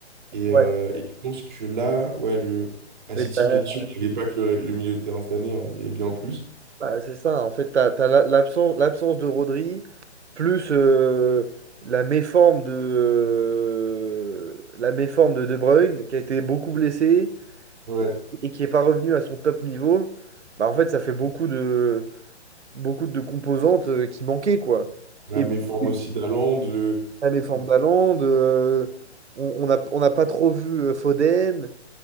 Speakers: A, on the right; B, on the right.
A: Et,
B: Ouais.
A: euh, et je pense que là, ouais, le, à
B: Mais
A: City,
B: t'as-
A: bien sûr, il n'y avait pas que le, le milieu de terrain cette année, hein, il y avait bien plus.
B: Bah, c'est ça, en fait, t'as, t'as la- l'absence, l'absence de Rodri, plus euh, la méforme de, euh, la méforme de De Bruyne, qui a été beaucoup blessé
A: Ouais.
B: et qui n'est pas revenu à son top niveau, bah, en fait, ça fait beaucoup de, beaucoup de composantes euh, qui manquaient, quoi.
A: La
B: Et
A: méforme
B: puis,
A: aussi d'Haaland, le,
B: la méforme
A: le-
B: d'Haaland, euh, on on n'a on n'a pas trop vu euh, Foden,